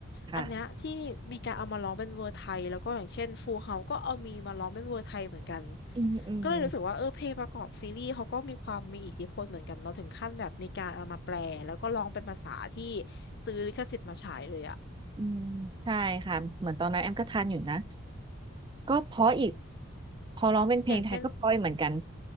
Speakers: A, on the right; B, on the left.
A: ค่ะ
B: อันเนี้ยที่มีการเอามาร้องเป็นเวอร์ไทยแล้วก็อย่างเช่นฟูเฮาก็เอามีมาร้องเป็นเวอร์ไทยเหมือนกัน
A: อืมอืม
B: ก็เลยรู้สึกว่าเออเพลงประกอบซีรีส์เขาก็มีความมีอิทธิพลเหมือนกันเนาะถึงขั้นแบบมีการเอามาแปลแล้วก็ร้องเป็นภาษาที่ซื้อลิขสิทธิ์มาฉายเลยอะ
A: อืมใช่ค่ะเหมือนตอนนั้นแอมก็ทันอยู่นะก็เพราะอีกพอร้องเป็นเพลงไทยก็เพราะอีกเหมือนกัน
B: อย่างเช่น